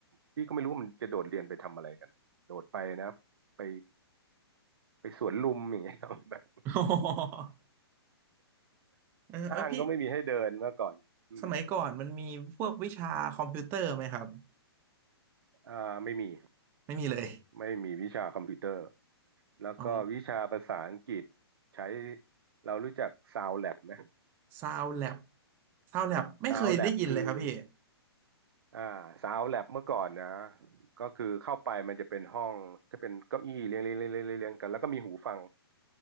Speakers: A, on the right; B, on the right.
A: พี่ก็ไม่รู้ว่ามันจะโดดเรียนไปทำอะไรกัน โดดไปนะไปไปสวนลุมอย่างเงี้ยครับ <laughs> แบบ <laughs>
B: <laughs> เออเออพี่
A: ห้างก็ไม่มีให้เดินเมื่อก่อนอืม
B: สมัยก่อนมันมีพวกวิชาคอมพิวเตอร์ไหมครับ
A: อ่าไม่มี
B: ไม่มีเลย
A: ไม่มีวิชาคอมพิวเตอร์ แล้วก็วิชาภาษาอังกฤษ
B: อ๋อ
A: ใช้เรารู้จัก Sound Lab ไหม
B: ซาวแล็บซาวแล็บไม่เคยได้ยินเลยครับพี่
A: Sound Lab คือ อ่าสาวแลบเมื่อก่อนนะก็คือเข้าไปมันจะเป็นห้องจะเป็นเก้าอี้เรียงเรียงเรียงเรียงเรียงเรียงกันแล้วก็มีหูฟัง